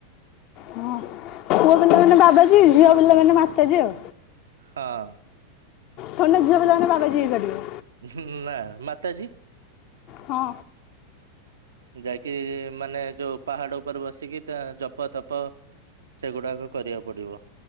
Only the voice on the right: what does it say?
ହଁ।
ହୁଁ ନା ମାତାଜୀ।
ହୁଁ ଯାଇକି ମାନେ ଯୋଉ ପାହାଡ ଉପରେ ବସିକି ତା ଜପ ତପ। ସେଗୁଡାକ କରିବାକୁ ପଡିବ।